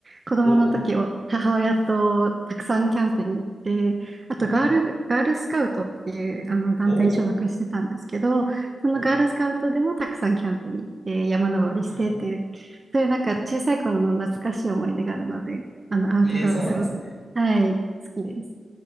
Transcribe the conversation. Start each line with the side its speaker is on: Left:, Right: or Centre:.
Right: 子供の時を、
Left: おう。
Right: 母親とたくさんキャンプに行って、あと、
Left: うん。
Right: ガール、ガールスカウトっていう、あの、団体に所属してたんですけど、
Left: おう。
Right: そのガールスカウトでもたくさんキャンプに行って、
Left: おう。
Right: 山登りしてっていう、
Left: うん。
Right: そういうなんか小さい頃の懐かしい思い出があるので、あの、アウトドアすごく、
Left: ええ、そうなんですね。
Right: はい、好きです。